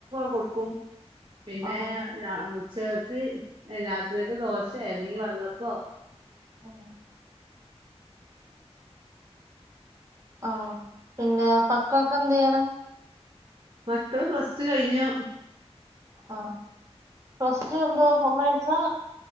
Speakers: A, on the right; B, on the right.
A: <unintelligible> കും പിന്നെ
B: ആഹ്
A: ഞാ ഉച്ചകക്ക് രാത്രിയൊക്കെ ദോശ്യേ അല്ലെങ്കി വെള്ളപ്പോ
B: ആഹ് ആഹ് പിന്നെ പക്കളൊക്കെ എന്തെയ്യണ്
A: മക്കള് പ്ലസ്ടു കഴിഞ്ഞു
B: ആഹ് പ്ലസ്ടു എന്തുവാ കോമേഴ്‌സോ